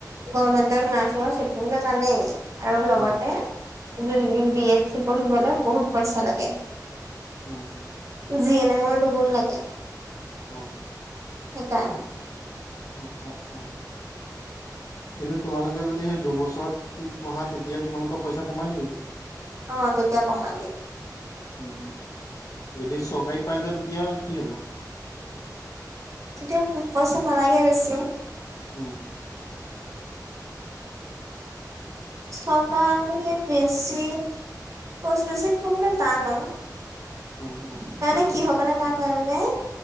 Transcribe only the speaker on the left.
উম
উম।
অ।
অ, অ, উম।
কিন্তু তোমালোকে যদি সেই দুবছৰত পঢ়া তেতিয়া তোমালোকক পইচা কমেই লাগিব।
উম যদি চৰকাৰীত পাই যোৱা তেতিয়া কি হ'ব?
উম।
উম উম